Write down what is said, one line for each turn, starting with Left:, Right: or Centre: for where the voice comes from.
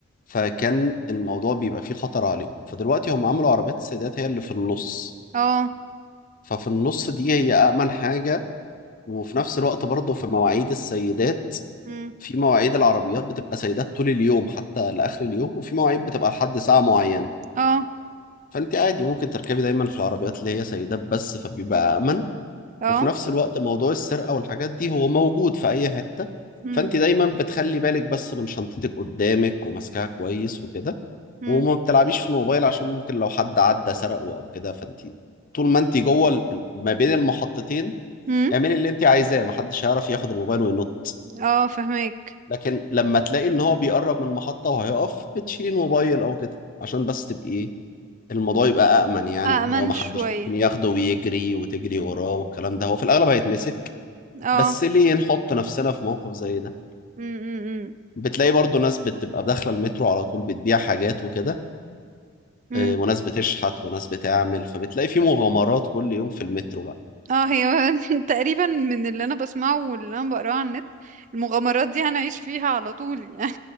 Left: فكان الموضوع بيبقى فيه خطر عليهم فدلوقتي هم عملوا عربيات السيدات هي اللي في النص
Right: اه
Left: ففي النص دي هي أأمن حاجة وفي نفس الوقت برضه في مواعيد السيدات
Right: امم
Left: في مواعيد العربيات بتبقى سيدات طول اليوم حتى لآخر اليوم وفي مواعيد بتبقى لحد ساعة معينة
Right: اه
Left: فأنت عادي ممكن تركبي دايما في العربيات اللي هي سيدات بس فبيبقى أمن
Right: اه
Left: وفي نفس الوقت موضوع السرقة والحاجات دي هو موجود في أي حتة
Right: امم
Left: فأنت دايما بتخلي بالك بس من شنطتك قدامك وماسكاها كويس وكده
Right: امم،
Left: وما بتلعبيش في الموبايل عشان ممكن لو حد عدى سرقه أو كده فأنت طول ما أنت جوه ال- ما بين المحطتين
Right: امم.
Left: اعملي اللي أنت عايزاه محدش هيعرف ياخد الموبايل وينط
Right: اه فهماك
Left: لكن لما تلاقي إن هو بيقرب من المحطة وهيقف بتشيلي الموبايل أو كده عشان بس تبقي إيه، الموضوع يبقى أأمن يعني
Right: أأمن
Left: إن هو محدش
Right: شوية
Left: ممكن ياخده ويجري وتجري وراه والكلام ده هو في الأغلب هيتمسك
Right: اه
Left: بس ليه نحط نفسنا في موقف زي ده
Right: م- م-
Left: بتلاقي برضو ناس بتبقى داخلة المترو على طول بتبيع حاجات وكده
Right: م- م.
Left: آه، وناس بتشحت وناس بتعمل فبتلاقي في مغامرات كل يوم في المترو بقى
Right: اه هي <laughs> تقريبا من اللي انا بسمعه واللي انا بقراه على النت المغامرات دي هنعيش فيها على طول يعني